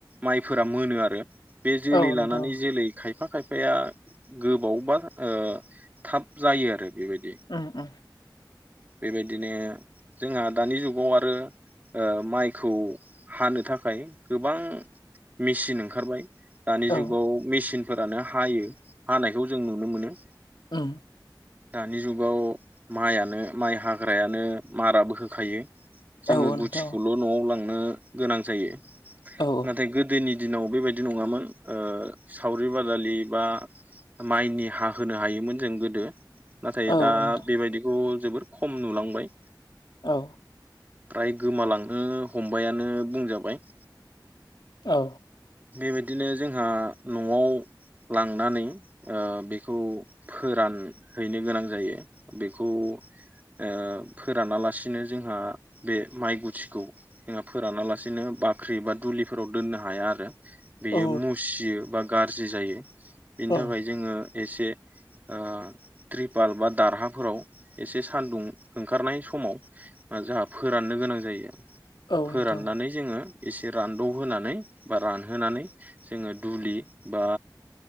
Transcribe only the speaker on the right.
माइफोरा मोनो आरो। बे जोलै
लानानै जोलै खायफा खायफाया गोबावबा ओ थाब जायो आरो। बेबायदि
बेबायदिनो जोंहा दानि जुगाव आरो ओ माइखौ हानो थाखाय गोबां मेचिन ओंखारबाय। दानि जुगाव
मेसिनफोरानो हायो हानायखौ जों नुनो मोनो।
दानि जुगाव माइआनो माइ हाग्रायानो माराबो होखायो। जोङो
गुथिखौल'
न'आव लांनो गोनां जायो
नाथाय गोदोनि दिनाव बेबायदि नङामोन ओ सावरि बादालि बा माइनि हा होनो हायोमोन जों गोदो। नाथाय
दा
बेबायदिखौ जोबोर खम नुलांबाय।
फ्राय गोमालांनो हमबायानो बुंजाबाय।
बेबायदिनो जोंहा न'आव लांनानै ओ बेखौ फोरान हैनो गोनां जायो बेखौ ओ फोरानालासिनो जोंहा बे माइ गुथिखौ जोंहा फोरानालासिनो बाख्रि बा दुलिफोराव दोननो हाया आरो। बेयो
मुसियो बा गाज्रि जायो बिनि
थाखाय जोङो एसे ओ त्रिपाल बा दारहाफोराव एसे सान्दुं ओंखारनाय समाव जोंहा फोराननो गोनां जायो
फोराननानै
जोङो एसे रानदौ होनानै बा रानहोनानै जोङो दुलि बा